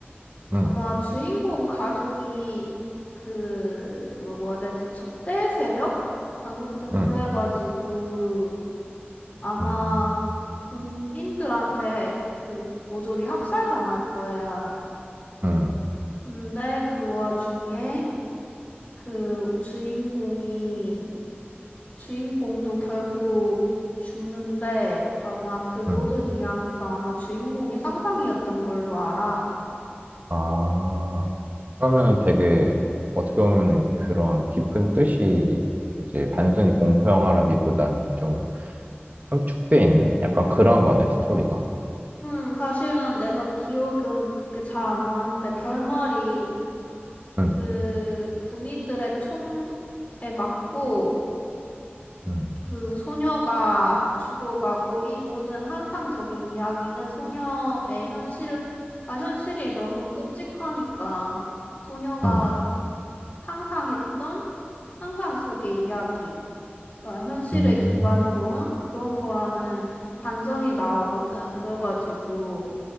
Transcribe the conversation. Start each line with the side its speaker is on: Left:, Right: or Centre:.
Right: 응,
Left: 아마 주인공 가족이 그 뭐라고 해야 되지 적대 세력 아무튼
Right: 응,
Left: 그래가지고 아마
Right: 음,
Left: 군인들한테 그 모조리 학살당할 거야.
Right: 응,
Left: 근데 그 와중에 그 주인공이 주인공도 결국 죽는데 아마 그 모든
Right: 응.
Left: 이야기가 아마 주인공의 상상이었던 걸로 알아.
Right: 아, 그러면은 되게, 어떻게 보면은 그런 깊은 뜻이 이제 단순히 공포 영화라기보다는 좀 함축돼 있는? 약간 그런 거네, 스토리가.
Left: 음, 사실은 내가 기억은 그렇게 잘 안 나는데 결말이
Right: 응,
Left: 그 군인들의 총에 맞고
Right: 응,
Left: 그 소녀가 죽어가고 이 모든 환상적인 이야기는 소녀의 현실, 아, 현실이 너무 끔찍하니까 소녀가
Right: 응,
Left: 상상했던 환상 속의 이야기. 그러니까 현실을
Right: 응,
Left: 기반으로 한 그런 거라는 반전이 나오거든. 그래가지고